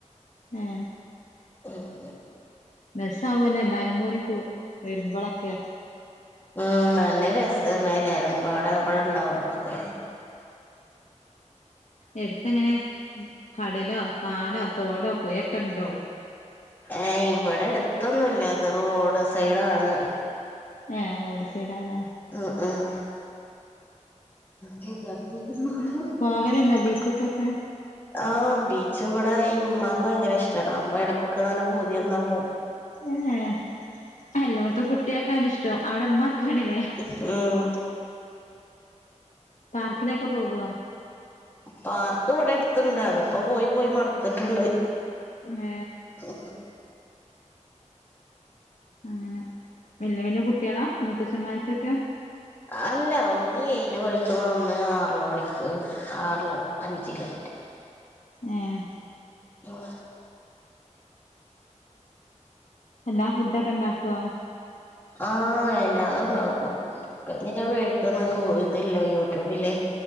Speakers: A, on the left; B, on the left.
A: ഏ...
B: ഉം
A: രസ്സാവല്ലോ എല്ലാരും കൂടി കൂ വരുമ്പളൊക്കെ
B: ഉം നല്ല രസാണ്... എല്ലാരുംബാടെ ഇബടെണ്ടാവുമ്പോളൊക്കെ..
A: എടുത്ത് എങ്ങനെ കടലോ പാടോ തോടോ പുയൊക്കെണ്ടോ
B: ഏയ്... ഇവിടെടുത്തൊന്നുല്ല.. ഇത് റോഡ് സൈഡാണ്
A: ഏ റോഡ് സൈഡാല്ലേ..
B: ആഹ്.. ആഹ്.. <unintelligible>
A: പോകലുണ്ടോ ബീച്ച്ക്കൊക്കെ
B: ആ ബീച്ചിവിടെ ഇമ്മാക്ക് ഭയങ്കര ഇഷ്ടാണ്... അപ്പൊ ഇടക്കങ്ങനെ പൂതിന്നാ പോകും
A: ഏഹ് എല്ലോട്ത്തും കുട്യാൾക്കാണിഷ്ട്ടം അവിടെ ഇമ്മക്കാണില്ലേ..
B: ഹും....
A: പാർക്കിനൊക്കെ പോവോ
B: പാർക്കിവിടടുത്തുണ്ട്.. അത്പ്പോ പോയി പോയി മട്ത്തിട്ടുണ്ട്
A: മ്ഏഹ്
B: <unintelligible>
A: അങ്ങനെ വല്യ വല്യ കുട്ട്യോളാ.. മൂത്തച്ഛന്മാർക്കൊക്കെ
B: അല്ല ഒന്ന് ഏഴില് പഠിക്കുന്ന് ഒന്ന് ആറില് പഠിക്ക ആറിലോ അഞ്ചിലോക്കെ
A: ഏഹ്
B: ഉം
A: എല്ലാ ഫുഡോക്കെണ്ടാക്കോ
B: ആഹ് എല്ലാതുണ്ടാക്കും എന്തിനാ പേടിക്കുന്നെ.. ഇപ്പൊ ഇതില്ലേ.. യൂട്യൂബ്യില്ലേ